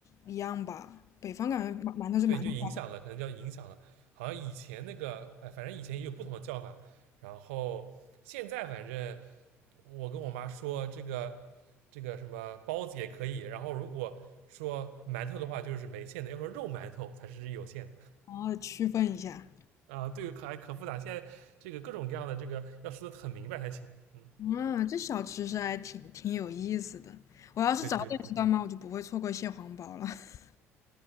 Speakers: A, on the left (about 45°); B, on the right (about 70°).
A: 一样吧，北方感觉馒馒头是馒头，
B: 对，就影响了，可能叫影响了，好像以前那个，哎，反正以前也有不同的叫法，然后现在反正我跟我妈说这个这个什么包子也可以，然后如果说馒头的话就是没馅的，要说肉馒头才是有馅的
A: 好区分一下。
B: 啊。对，可还可复杂，现在这个各种各样的这个要说的很明白才行。嗯，
A: 啊，这小吃是还挺挺有意思的。我要是早点知道吗，
B: 对对对，
A: 我就不会错过蟹黄包了。<laughs>